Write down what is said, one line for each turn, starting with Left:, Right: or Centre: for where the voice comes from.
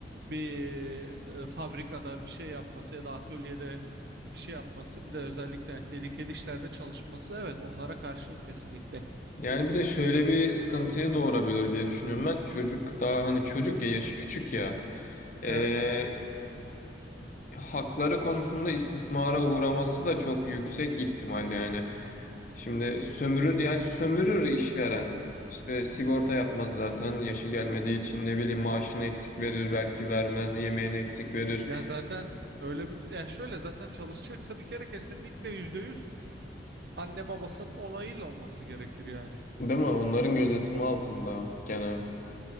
Right: bir e, fabrikada bir şey yapması ya da atölyede bir şey yapması bir de özellikle yani tehlikeli işlerde çalışması evet onlara karşıyım kesinlikle. <laughs>
Left: Yani bir de şöyle bir sıkıntıyı doğurabilir diye düşünüyorum ben. Çocuk daha hani çocuk ya yaşı küçük ya. Ee,
Right: Evet
Left: hakları konusunda istismara uğraması da çok yüksek ihtimal yani. Şimdi sömürür yani sömürür işveren. İşte sigorta yapmaz zaten yaşı gelmediği için ne bileyim maaşını eksik verir belki vermez yemeğini eksik verir.
Right: ya zaten öyle bir yani şöyle zaten çalışacaksa bir kere kesinlikle yüzde yüz anne babasının onayıyla olması gerekir yani.
Left: Değil mi? Onların gözetimi altında gene